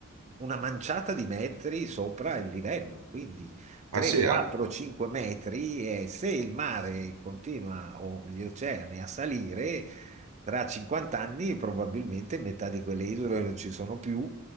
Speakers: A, on the right; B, on the right.
A: una manciata di metri sopra il livello, quindi 3,
B: Ah sì,
A: 4,
B: eh,
A: 5 metri e se il mare continua o gli oceani a salire, tra 50 anni probabilmente metà di quelle isole non ci sono più